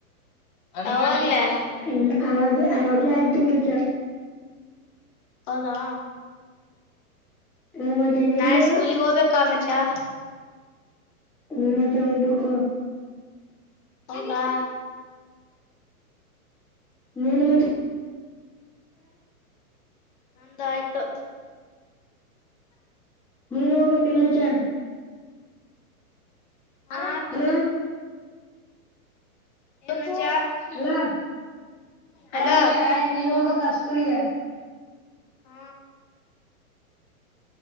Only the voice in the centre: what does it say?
ಹ್ಮ ಅವಾಗ ಆವಾಗ್ಲೇ ಆಯ್ತು ಮಚ್ಚಾ.
ಹ್ಞೂ ಮಚ್ಚ ನಿಂದು
ಹು ಮಚ್ಚಾ ಹೋಗ್ಬಕು.
ನೀನು ಮಚ್ಚಾ.
ನೀನು ಹೋಗಬೇಕಿಲ್ ಮಚ್ಚಾ.
ಹಲೋ.
ಹಲೋ
ಆ ಮಚ್ಚಾ ನಾಳೆ ನೀನ್ ಹೋಗ್ಬೇಕಾ ಸ್ಕೂಲ್ಗೆ.